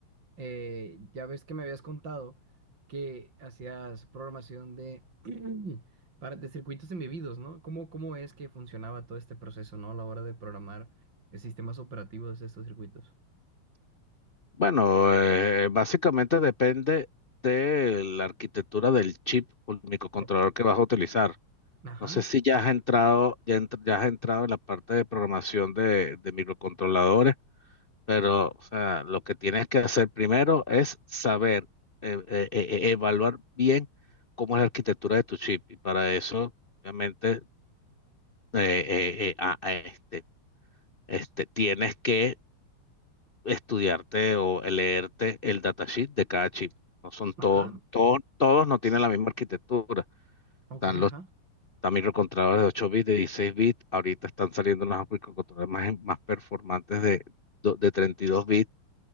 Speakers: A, on the right; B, on the left.
A: eh, ya ves que me habías contado que hacías programación de, <clears throat> para, de circuitos embebidos, ¿no? ¿Cómo, cómo es que funcionaba todo este proceso, ¿no? A la hora de programar eh, sistemas operativos de estos circuitos.
B: bueno, eh, básicamente depende de la arquitectura del chip o el microcontrolador
A: Oh,
B: que vas a utilizar.
A: Ajá,
B: No sé si ya has entrado, ya, entr- ya has entrado en la parte de programación de, de microcontroladores Pero, o sea, lo que tienes que hacer primero es saber, eh, eh, eh, eh, evaluar bien cómo es la arquitectura de tu chip. Y para eso, obviamente, eh, eh, eh, a- a este, este, tienes que estudiarte o leerte el datasheet de cada chip. No son todos,
A: ajá,
B: todos, todos no tienen la misma arquitectura.
A: ok,
B: Están los
A: ajá,
B: están microcontroladores de 8 bits, de 16 bits. Ahorita están saliendo unos microcontroladores más, más performantes de, do- de treinta y dos bits